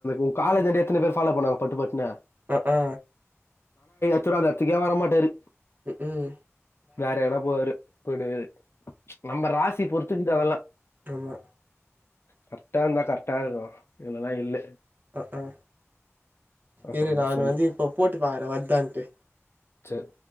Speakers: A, on the left; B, on the right.
A: உங்க காலேஜன்ட எத்தன பேர் ஃபாலோ பன்னாங்க பட்டு பட்டுன்னு
B: அ அ
A: அப்புற அந்த எடத்துக்கே வர மாட்டாரு
B: ஹு ஹும்
A: வேற எங்கனா போவாரு போய்டுவாரு நம்ம ராசி பொறுத்து இருக்கு அதலா
B: அ
A: கரெக்டா இருந்தா கரெட்டா இருக்கு இல்லனா இல்ல
B: அஆ
A: அ
B: இரு
A: சொல்லு
B: நான்
A: சொல்லு.
B: வந்து இப்போ போட்டு பாக்குறே வர்தான்ட்டு
A: செர்